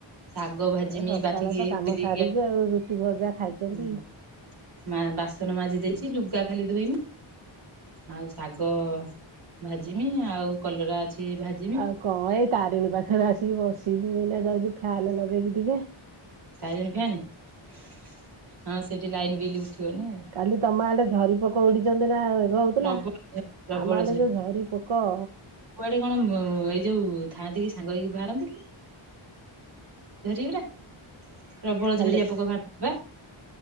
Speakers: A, on the right; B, on the right.
A: ଶାଗ ଭାଜିମି
B: ଆଉ ସକାଳେ
A: ବାକିକିି
B: ତ
A: ଏଇ
B: କାମ ସାରିଛୁ ଆଉ ରୁଟି ଭଜା ଖାଇଛନ୍ତି।
A: <unintelligible> ମା ବାସନ ମାଜି ଦେଇଚି ଲୁଗା ଖାଲି ଧୋଇମି। ଆଉ ଶାଗ ଭାଜିମି ଆଉ କଲରା ଅଛି ଭାଜି
B: ଆଉ କଣ ଏଇ ତାରିଣୀ ପାଖରେ ଆସିକି ବସିବି ଏଇନା ଯାଉଚି ଫ୍ୟାନ ଲଗେଇକି ଟିକେ।
A: ତାରିଣୀ ଫ୍ୟାନ ହଁ ସେଠି ଲାଇନ ବିଲି ଉଠିବନି ଆଉ।
B: କାଲି ତମ ଆଡେ ଝରି ପୋକ ଉଡିଚନ୍ତି ନା ବଗ ହଉଥିଲା
A: ପ୍ରବଳ ପ୍ରବଳ
B: ଆମ ଆଡେ ଯୋଉ ଝରି ପୋକ
A: କୁଆଡେ କଣ ଏଇ ଯୋଉ ଥାଆନ୍ତି କି ସାଙ୍ଗ ହେଇକି ବାହାରନ୍ତି କି ଝରିଉରା? ପ୍ରବଳ
B: ହାଲୋ
A: ଝରିଆ ପୋକ ବାହାରିଥିବା